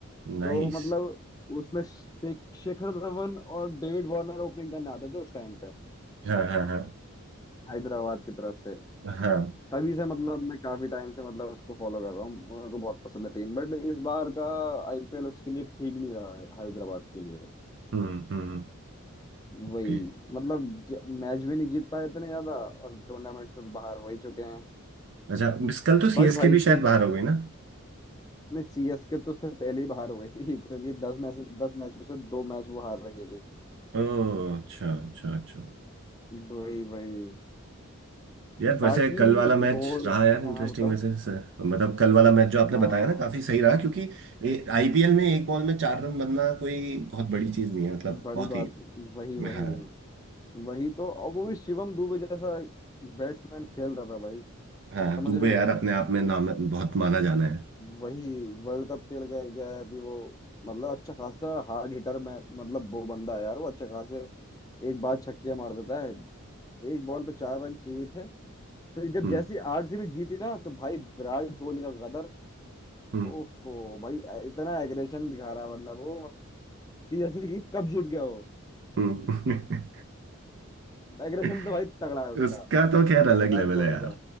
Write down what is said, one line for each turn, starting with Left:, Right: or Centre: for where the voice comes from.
Right: नाइस
Left: तो मतलब उसमें शेख- शेखर धवन और डेविड वार्नर ओपनिंग करने आते थे उस टाइम पे
Right: हाँ हाँ हाँ
Left: हैदराबाद की तरफ से
Right: हाँ
Left: तभी से मतलब मैं काफी टाइम से मतलब उसको फॉलो कर रहा हूँ मेरे को बहुत पसंद है टीम बट इस बार का आईपीएल उसके लिए ठीक नहीं रहा है हैदराबाद के लिए
Right: हम्म हम्म हम्म। ओके
Left: वही मतलब ज- मैच भी नहीं जीत पाए इतने ज्यादा और टूर्नामेंट से तो बाहर हो ही चुके हैं
Right: अच्छा मिस कल तो सीएसके
Left: बट भाई
Right: भी शायद
Left: जो
Right: बाहर हो गई ना
Left: ने सीएसके तो उससे पहले ही बाहर हो गई थी क्योंकि दस मैच दस मैच में से दो मैच वो हार रहे थे
Right: ओ अच्छा अच्छा अच्छा
Left: वही वही
Right: यार वैसे
Left: बाकी
Right: कल वाला मैच
Left: दो
Right: रहा यार
Left: हाँ
Right: इंटरेस्टिंग
Left: हाँ बताओ
Right: वैसे सर मतलब कल वाला मैच जो आपने
Left: हाँ
Right: बताया ना काफी सही रहा क्योंकि आईपीएल में एक बॉल में चार रन बनना कोई बहुत बड़ी चीज नहीं है मतलब
Left: बड़ी
Right: बहुत
Left: बात
Right: ही
Left: वही वही
Right: हाँ
Left: वही तो और वो भी शिवम दुबे जैसा बैट्समैन खेल रहा था भाई
Right: हाँ
Left: समझ
Right: दुबे
Left: रहे हो
Right: यार अपने आप में नाम बहुत माना जाना है
Left: वही वर्ल्ड कप खेल के गया है अभी वो मतलब अच्छा खासा हार्ड हिटर में मतलब वो बंदा है यार वो अच्छे खासे एक बार छक्के मार देता है एक बॉल पे चार रन चाहिए थे फिर जब
Right: हम्म
Left: जैसे आरसीबी जीती ना तो भाई विराट कोहली का गदर
Right: हम्म
Left: ओफो भाई इतना एग्रेशन दिखा रहा है मतलब वो कि जैसे कि कब जीत गया वो
Right: हम्म
Left: एग्रेशन
Right: <laughs>
Left: तो भाई तगड़ा है उसका
Right: उसका तो खैर अलग
Left: विराट
Right: लेवल
Left: कोहली
Right: है यार
Left: का